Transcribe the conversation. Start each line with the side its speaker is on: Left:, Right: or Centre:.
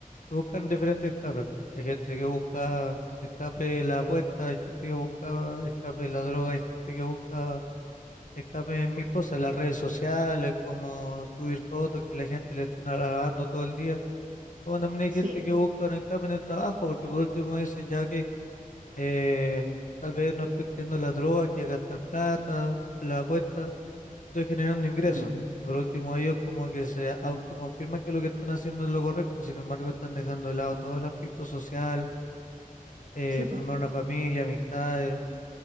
Left: buscan diferentes escapes. Hay gente que busca escape de la apuesta, hay gente que busca escape de la droga, hay gente que busca escape en mil cosas, las redes sociales, como subir fotos que la gente le estén alabando todo el día. Como también hay
Right: Sí,
Left: gente que busca un escape en el trabajo, porque por último dicen, ya que eh, tal vez no estoy creyendo en la droga, que es gastar plata, la apuesta estoy generando ingresos.
Right: Mm.
Left: Y por último, ellos como que se autoconfirman que lo que están haciendo es lo correcto, sin embargo, están dejando de lado todo el aspecto social, eh,
Right: Sí, pues,
Left: formar una familia, amistades,